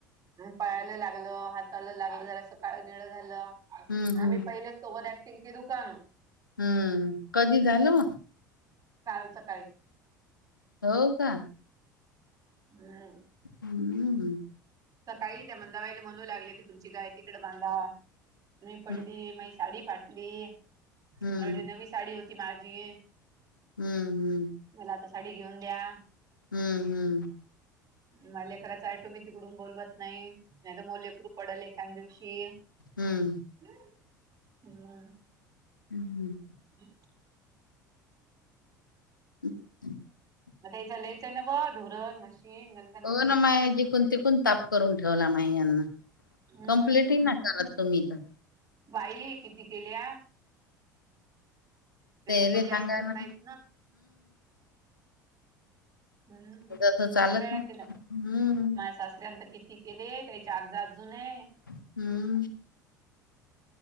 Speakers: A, on the right; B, on the left.
A: पायाला लागलं हाताला लागलं जरासं काळं निळ झालं
B: हम्म
A: आम्ही
B: हम्म
A: पहिलंच. <unintelligible>
B: हम्म कधी झालं
A: कालच सकाळी
B: हो का?
A: नाही
B: हम्मम्
A: सकाळी त्या मंदाबाईला म्हणू लागले की तुमची गाय तिकड बांधा मी पडली
B: हम्म
A: म्हैस साडी फाटली येवढी
B: हम्म
A: नवी साडी होती माझी.
B: हम्म
A: मला आता साडी घेऊन द्या.
B: हम्म हम्म
A: म लेकरायच आटो मी तिकडून बोलवत नाही नाही तर मग लेकरू पडेल एखान दिवशी हम्म
B: हम्म हम् हम
A: ह
B: ह
A: मता चा लयचं ना ब धोरण मशीन ग
B: हो ना माय जिकून तिकून ताप करून ठेवला मा यांना
A: हम्म
B: कमप्ललीटही ना सांगा तुम्ही तर
A: बाई! किती केल्या? ते
B: तेले
A: लोक बी
B: सांगा
A: ऐकत
B: ना
A: नाहीत हम्म
B: जसं चालत
A: लई वेळा
B: नाही
A: केलं
B: हम्म
A: मा सासऱ्यांच किती केले त्याची अर्जा अजून आहे
B: हम्म